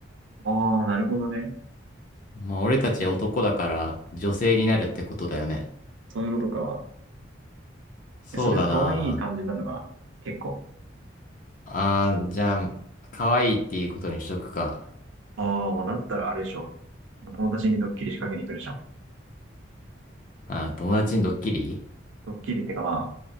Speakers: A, on the right; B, on the left.
A: ああ、なるほどね。
B: まあ、俺たち男だから女性になるってことだよね。
A: うんそういうことか。
B: そうだな。
A: えそれは可愛い感じなのが、結構。
B: あー、じゃあ、可愛いっていうことにしとくか。
A: ああ、もうだったらあれでしょ。もう友達にドッキリ仕掛けに行くでしょ。
B: あー、友達にドッキリ
A: ドッキリってかま